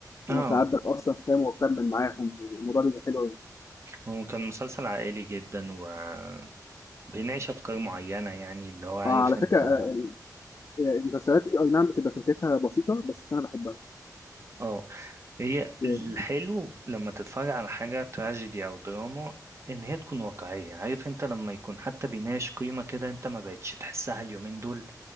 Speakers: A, on the right; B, on the left.
A: اه
B: وساعات بتاثر فاهم وبكمل معاهم الموضوع بيبقى حلو قوي
A: هو كان مسلسل عائلي جدا وبيناقش افكار معينة يعني اللي هو عارف
B: آه على
A: انت
B: فكره آه، المسلسلات دي اي نعم بتبقى فكرتها بسيطه بس انا بحبها
A: اه هي
B: يعني
A: الحلو لما تتفرج على حاجة تراجيدي او دراما ان هي تكون واقعية عارف انت لما يكون حتى بيناقش قيمة كده انت ما بقتش تحسها اليومين دول